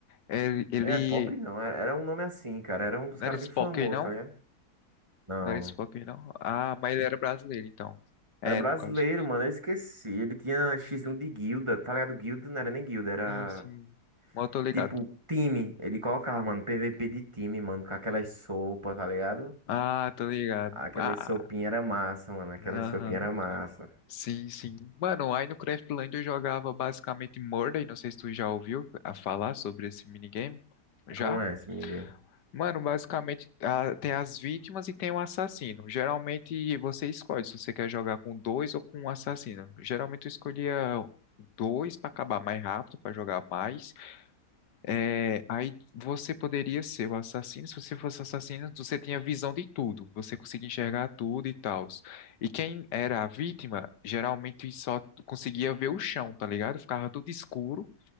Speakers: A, on the left (about 85°); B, on the right (about 15°).
A: ele, ele
B: É, Pop não, era, era um nome assim, cara, era um dos
A: não
B: caras
A: era Spock,
B: bem famosos,
A: não?
B: tá ligado? Não.
A: Não era Spock, não? Ah, mas ele era brasileiro, então. É,
B: Era brasileiro,
A: no caso.
B: mano. Eu esqueci. Ele tinha X1 de guilda, tá ligado? Guilda não era nem guilda, era
A: Sim, sim. Mas eu tô ligado.
B: tipo time. Ele colocava, mano, PVP de time, mano, com aquelas sopas, tá ligado?
A: Ah, tô ligado.
B: Aquelas
A: Ah,
B: sopinhas era massa, mano. Aquelas
A: aham.
B: sopinhas era massa.
A: Sim, sim. Mano, aí no Craftland eu jogava basicamente Murder, não sei se tu já ouviu a falar sobre esse minigame. Já?
B: Como é esse minigame?
A: Mano, basicamente ah, tem as vítimas e tem o assassino. Geralmente você escolhe se você quer jogar com dois ou com um assassino. Geralmente eu escolhia dois pra acabar mais rápido, pra jogar mais. É, aí você poderia ser o assassino. Se você fosse assassino, você tinha visão de tudo, você conseguia enxergar tudo e tal. E quem era a vítima, geralmente só conseguia ver o chão, tá ligado? Ficava tudo escuro